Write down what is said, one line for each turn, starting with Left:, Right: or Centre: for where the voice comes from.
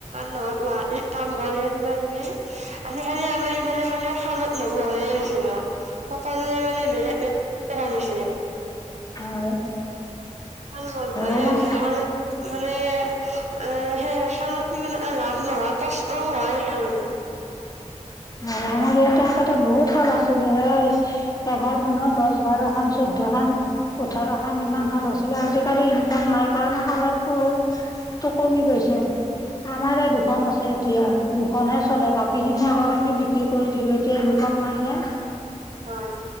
Right: নহয় গুৱাহাটীত কাম কৰে কিবা-কিবি আজি কালি আমাৰ এইফালে মানে শালত লগ পহ নিচিনা সকলোে মানে বেলেগ <unintelligible> কন এছে
Left: হয়
Right: ভাল বন্ধ <unintelligible>
Left: আমাৰ
Right: চহাল <unintelligible> মানে এ, সেইাল মানে লাভ নহয় কষ্ট হয় সেইকাৰণে।
Left: হয় আমাৰ ইয়াতে আকো বহুত শাল আছিলে এঘৰ মানুহ দহ বাৰ খন চৈধ্য খান <unintelligible> পঠাৰ এখনান
Right: হয়
Left: ইমান ভাল আছিলে আজি <unintelligible> কালি ইনকম নাই কৰা ন। ভালৰ ফুল। টো কমি গৈছে। আমাৰ এই দুখন
Right: উম
Left: আছে এতিয়া, দুখনহে চলে বাকী খিনি আগৰ। বিক্ৰী কৰি দিলো, এতিয়া ইনকাম নাই ন।
Right: হয়